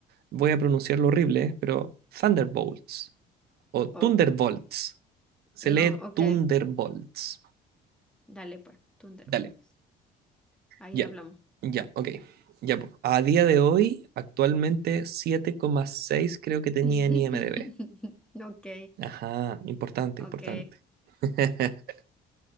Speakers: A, on the right; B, in the centre.
A: voy a pronunciarlo horrible, eh, pero Thunderbolts o Thunderbolts.
B: Ok.
A: Se
B: No,
A: lee
B: ok,
A: Thunderbolts.
B: dale pues, Thunderbolts.
A: Dale,
B: Ahí
A: ya,
B: hablamos.
A: ya, ok. Ya, pues. A día de hoy, actualmente siete coma seis creo que tenía
B: <laughs>
A: en IMDb.
B: Ok,
A: Ajá, importante,
B: ok.
A: importante. <laughs>